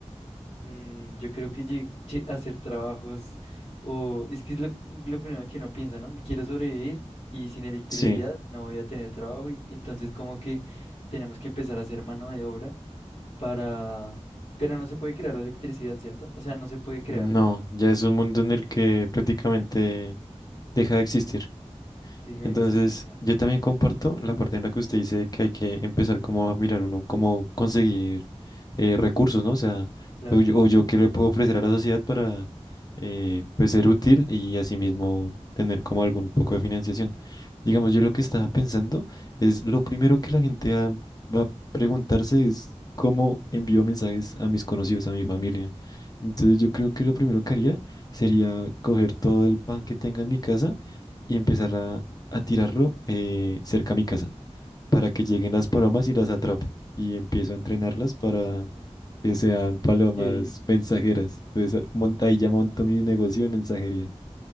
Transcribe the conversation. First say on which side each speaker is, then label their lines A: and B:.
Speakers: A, on the left; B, on the left.
A: mm, yo creo que lle- lle- hacer trabajos, o es que es lo, lo primero que uno piensa, ¿no? Quiero sobrevivir y sin electricidad
B: Sí.
A: no voy a tener trabajo y entonces como que tenemos que empezar a hacer mano de obra para... Pero no se puede crear la electricidad, ¿cierto? O sea, no se puede crear.
B: No, ya es un mundo en el que prácticamente deja de existir.
A: Deja de
B: Entonces,
A: existir ya.
B: yo también comparto la parte en la que usted dice que hay que empezar como a mirar uno cómo conseguir eh, recursos, ¿no? O sea,
A: Claro.
B: o yo, o yo qué le puedo ofrecer a la sociedad para eh, pues, ser útil y asimismo tener como algún poco de financiación. Digamos, yo lo que estaba pensando es lo primero que la gente va, va a preguntarse es cómo envío mensajes a mis conocidos, a mi familia. Entonces, yo creo que lo primero que haría sería coger todo el pan que tenga en mi casa y empezar a, a tirarlo eh, cerca a mi casa para que lleguen las palomas y las atrapo. Y empiezo a entrenarlas para que sean palomas
A: Ok,
B: mensajeras. Entonces, monta, ahí ya monto mi negocio de mensajería.